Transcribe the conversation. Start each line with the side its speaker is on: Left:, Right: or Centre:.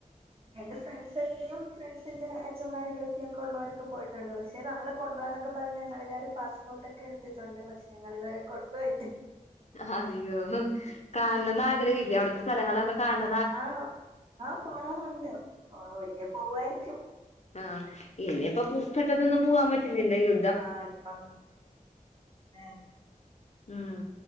Right: ഉം എന്റെ ഫ്രണ്ട്സ ഒക്കെയും ഫ്രണ്ട്സിന്റെ അച്ഛമാര് ഗൾഫില് ഒക്കെ ഉള്ളവരൊക്കെ പോയിട്ടുണ്ട് പക്ഷെ നമ്മള് കൊണ്ടു പോന്ന ക്കെ പറഞ്ഞ ഞങ്ങളെല്ലാരും പാസ്പോർട്ട്ക്കെ എടുത്തിട്ടുണ്ട് പക്ഷെ ഞങ്ങൾ ഇതുവരെ കൊണ്ട് പോയിട്ടില്ല
Left: അയ്യോ കാണണന്ന് ആഗ്രഹല്ലേ അവിടുത്തെ സ്ഥലങ്ങളൊക്കെ കാണ
Right: ആഹ് ആഹ് പോണോന്നുണ്ട് ഒരിക്കൽ പോവായിരിക്കും
Left: ആഹ് ഇനി ഇപ്പ പൂ പെട്ടെന്നൊന്നു പൂവാൻ പറ്റില്ലല്ലോ ഈ യു
Right: ആഹ് ഇപ്പം അതെതെ
Left: ഉം